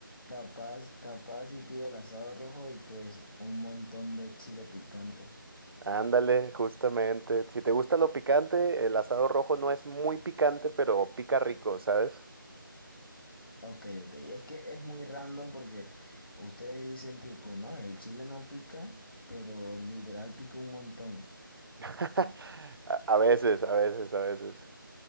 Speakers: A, on the left; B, on the right.
A: Capaz, capaz y pido el asado rojo y pues un montón de chile picante.
B: Ándale, justamente. Si te gusta lo picante, el asado rojo no es muy picante, pero pica rico, ¿sabes?
A: Ok, ok. Es que es muy random porque ustedes dicen tipo, no, el chile no pica, pero literal pica un montón.
B: <laughs> A a veces, a veces, a veces.